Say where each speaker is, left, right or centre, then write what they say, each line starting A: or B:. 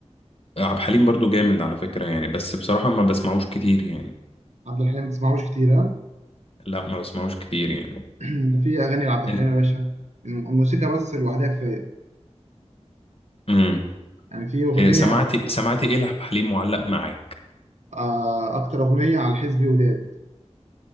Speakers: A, on the left; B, on the right.
A: عبد الحليم برضو جامد على فكرة يعني بس بصراحة ما بسمعوش كتير يعني
B: عبد الحليم ما تسمعوش كتير ها؟
A: لا ما بسمعوش كتير يعني
B: <clears throat> ده في أغاني لعبد الحليم
A: انت
B: يا باشا الم- الموسيقى بس لوحدها كفاية
A: امم
B: يعني في أغنية
A: إيه، سمعتي سمعتي ايه لعبد الحليم معلق معاك
B: آه، أكتر أغنية على حزبي وداد